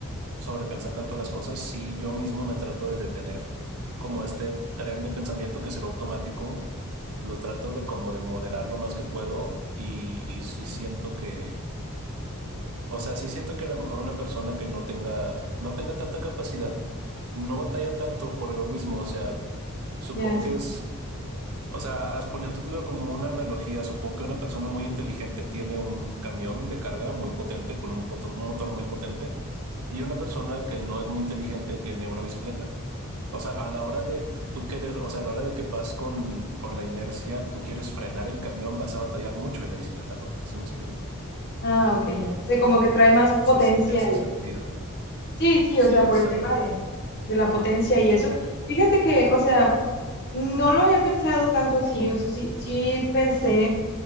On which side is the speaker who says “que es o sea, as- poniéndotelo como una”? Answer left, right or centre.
Right